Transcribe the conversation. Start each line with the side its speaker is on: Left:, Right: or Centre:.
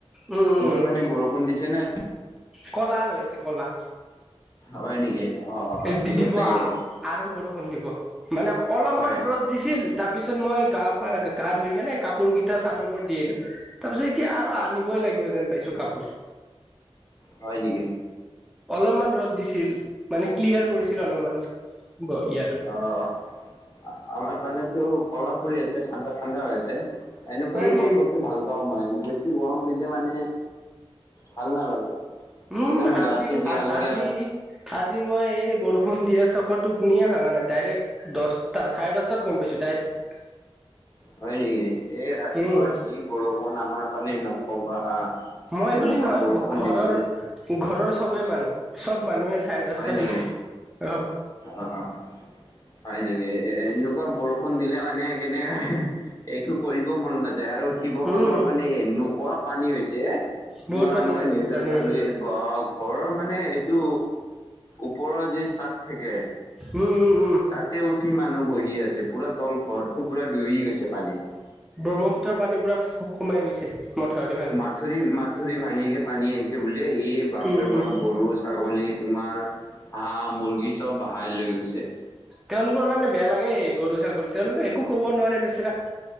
Centre: উম
Left: তোমাৰ
Centre: উম
Left: পিনে বৰষুণ দিছে নে
Centre: কলা হৈ আছে কলা
Left: হয় নেকি অ অ
Centre: এ
Left: দিব
Centre: দি
Left: চাগে বৰ
Centre: আৰু বৰষুণ দিব মানে অলপমান
Left: হয়
Centre: ৰ'দ দিছিল তাৰ পিছত মই গা পা গা ধুই কেনে কাপোৰ কেইটা চাদৰ ওপৰত দি আহিলো তাৰপিছত এতিয়া আৰু আনিবই লাগিব যেন পাইছো কাপোৰ
Left: হয় নেকি
Centre: অলপমান ৰ'দ দিছিল মানে ক্লিয়াৰ কৰিছিল অলপমান গল এতিয়া
Left: অ' অ' আ আমাৰ পানেতো কলা পৰি আছে ঠাণ্ডা-ঠাণ্ডা হৈ আছে এনেকুৱাই
Centre: উম
Left: বতৰটো
Centre: উম
Left: ভাল পাওঁ মই বেছি গৰম দিলে মানে, ভাল নালাগে
Centre: উম'
Left: একদম গাটো
Centre: আজি
Left: বেয়া
Centre: আ-আজি
Left: লাগে আৰু
Centre: আজি মই এই বৰষুণ দিয়ে চকৰ টোপনিয়ে ভঙা নাই ডাইৰেক্ট দহটা চাৰে দহটাত গম পাইছো ডাইৰেক্ট
Left: হয় নেকি? এই ৰাতিপুৱা
Centre: উম
Left: যি বৰষুণ আমাৰ পানেই ন ক'বা
Centre: মই
Left: এনেকুৱা
Centre: বুলি নহয়
Left: বৰষুণ
Centre: ঘৰৰ
Left: দিছিলে।
Centre: ঘৰৰ চবে মানুহ চব মানুহে চায়ে ডছটাত
Left: হয় নেকি
Centre: <unintelligible> অ'।
Left: অ', হয় নেকি? এ, এনেকুৱা বৰষুণ দিলে মানে কেনেকা <unintelligible> একো কৰিব মন নাযায় আৰু শিৱসাগৰ
Centre: উম
Left: পানে এনুকোৱা পানী হৈছে। তোমাৰ
Centre: বহুত পানী
Left: মই
Centre: হৈছে
Left: নিউজত
Centre: বহুত পানী
Left: চালোঁ
Centre: হৈছে
Left: এই বা ঘৰৰ মানে এইটো ওপৰৰ যি চাট থাকে
Centre: উম, উম। উম
Left: তাতে উঠি মানুহ বহি আছে পুৰা তল ঘৰটো পুৰা ডুবি গৈছে পানীত।
Centre: ব্ৰহ্মপুত্ৰৰ পানী পোৰা সো-সোমাই গৈছে। মথাউৰি ভাঙি
Left: মাথৰি মাথুৰি ভাঙিকে পানী আহিছে বোলে এই বাপৰে
Centre: উম
Left: বাপ
Centre: উম
Left: গৰুচ ছাগলী তোমাৰ হাঁহ, মুৰ্গী চব বাহাই লৈ গৈছে।
Centre: তেওঁলোকৰ কাৰণে বেয়া লাগে গৰু, ছাগল তেওঁলোকে একো ক'ব নোৱাৰে বেচেৰা।